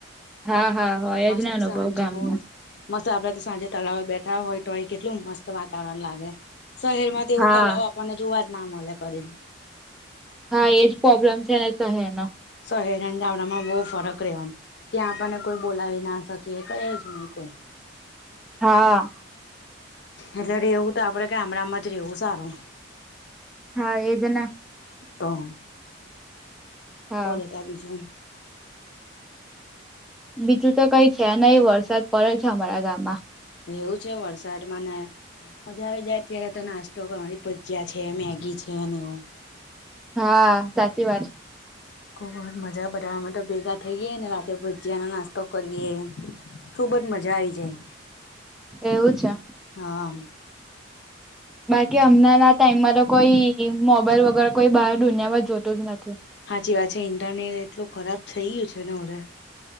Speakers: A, in the centre; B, on the left.
A: હા હા હોય
B: મસ્ત
A: જ ને અનુભવ
B: સાંજ
A: ગામનો
B: મોજ મસ્ત આપડે તો સાંજે તળવે બેઠા હોય તોય કેટલું મસ્ત વાતાવરણ લાગે શહેરમાં એવું
A: હા.
B: તલાવ આપણને જોવા જ ના મેલે કદી.
A: હા, એજ પ્રોબ્લેમ છે ને શહેર નો.
B: શહેર અને ગામડામાં બોવ ફરક રેવાનો. ત્યાં આપને કોઈ બોલાવી ના શકે કઈ જ નહી કોઈ.
A: હા.
B: એટલે રેવું તો આપડે ગામડામાં જ રેવું સારું.
A: હા, એજના.
B: તો.
A: હા
B: બોલો તા બીજું?
A: બીજું તો કઈ છે નહી વરસાદ પડે છે અમારા ગામમાં.
B: એવું છે વરસાડમાં ને મજા આવી જાય ત્યારે તો નાસ્તો કરવાની ભજિયા છે મેગી છે ને એવું.
A: હા, સાચી વાત.
B: ખુબ જ મજા બધાં અમાં તો ભેગા થઈએે રાતે ભજીનો નાસ્તો કરીએ. ખુબ જ મજા આવી જાય
A: એવું છે.
B: હા.
A: બાકી હમનાં ના ટાઈમમાં તો કોઈ મોબાઈલ વગર કોઈ બહાર દુનિયામાં જોતું જ નથી.
B: હાચી વાત છે ઇન્ટરનેટ એટલું ખરાબ થઈ ગયું છે ને હવડે